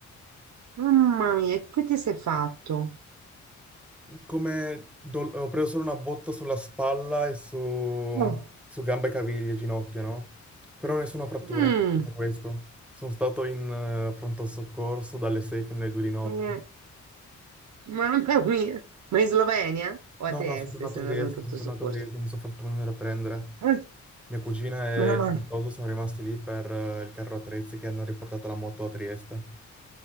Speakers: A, on the right; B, in the centre.
A: Mamma mia, e che ti sei fatto?
B: Come dol- ho preso solo una botta sulla spalla e su,
A: Oh.
B: su gambe e caviglie, ginocchio, no? Però nessuna frattura,
A: Mm.
B: importante questo. Sono stato in eh, pronto soccorso dalle 6 fino alle 2 di notte.
A: Eh, mamma mia. Ma in Slovenia o
B: No,
A: a Trieste
B: no, sono tornato
A: sei
B: a
A: andato
B: Trieste,
A: in pronto
B: sono tornato
A: soccorso?
B: a Trieste, mi sono fatto venire a prendere.
A: Eh,
B: Mia cugina e
A: meno male.
B: il sposo sono rimasti lì per eh, il carro attrezzi che hanno riportato la moto a Trieste.